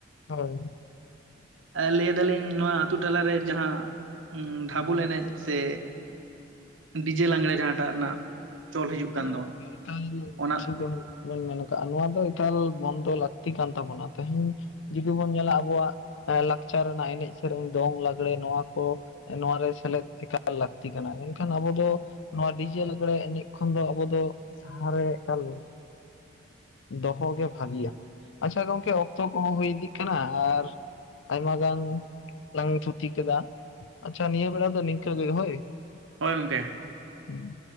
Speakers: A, on the left; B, on the right.
A: ᱦᱮᱸ
B: ᱞᱟᱹᱭ ᱮᱫᱟᱞᱤᱧ ᱱᱚᱣᱟ ᱟᱛᱳ ᱴᱟᱞᱟᱨᱮ ᱡᱟᱦᱟᱸ ᱰᱷᱟᱵᱩᱞ ᱮᱱᱮᱡ ᱥᱮ ᱰᱤᱡᱮ ᱞᱟᱜᱽᱲᱮ ᱡᱟᱦᱟ ᱴᱟᱜ ᱨᱮᱱᱟᱜ ᱪᱚᱞ ᱦᱤᱡᱩᱜ ᱠᱟᱱ
A: ᱦᱳ
B: ᱫᱚ
A: ᱜᱚᱢᱠᱮ
B: ᱚᱱᱟ
A: ᱴᱷᱤᱠ ᱜᱮ ᱢᱮᱱ ᱢᱮᱱ ᱠᱟᱜᱼᱟ ᱱᱚᱣᱟ ᱫᱚ ᱮᱠᱟᱞ ᱵᱚᱱᱫᱚ ᱞᱟᱹᱠᱛᱤ ᱠᱟᱱ ᱛᱟᱵᱚᱱᱟ ᱛᱮᱦᱮᱧ ᱡᱩᱫᱤ ᱵᱚᱱ ᱧᱮᱞᱟ ᱟᱵᱚᱣᱟᱜ ᱞᱟᱠᱪᱟᱨ ᱨᱮᱱᱟᱜ ᱮᱱᱮᱡ ᱥᱮᱨᱮᱧ ᱫᱚᱝ ᱞᱟᱜᱽᱲᱮ ᱱᱚᱣᱟ ᱠᱚ᱾ ᱱᱚᱣᱟᱨᱮ ᱥᱮᱞᱮᱫ ᱮᱠᱟᱞ ᱞᱟᱹᱠᱛᱤ ᱠᱟᱱᱟ ᱢᱮᱱᱠᱷᱟᱱ ᱟᱵᱚ ᱫᱚ ᱱᱚᱣᱟ ᱰᱤᱡᱮ ᱞᱟᱜᱽᱬᱮ ᱮᱱᱮᱡ ᱛᱚᱠᱷᱚᱱ ᱫᱚ ᱟᱵᱚ ᱫᱚ ᱥᱟᱦᱟᱨ ᱨᱮ ᱮᱠᱟᱞ ᱫᱚᱦᱚ ᱜᱮ ᱵᱷᱟᱹᱜᱤᱭᱟ ᱟᱪᱪᱷᱟ ᱜᱚᱝᱠᱮ ᱚᱠᱛᱚ ᱠᱚᱦᱚᱸ ᱦᱩᱭ ᱤᱫᱤᱜ ᱠᱟᱱᱟ ᱟᱨ ᱟᱭᱢᱟ ᱜᱟᱱ ᱞᱟᱝ ᱛᱷᱩᱛᱤ ᱠᱮᱫᱟ᱾ ᱟᱪᱪᱷᱟ ᱱᱤᱭᱟᱹ ᱵᱮᱲᱟ ᱫᱚ ᱱᱤᱝᱠᱟ ᱦᱳᱭ᱾
B: ᱦᱚᱳᱭ ᱜᱚᱝᱠᱮ
A: ᱦᱮᱸ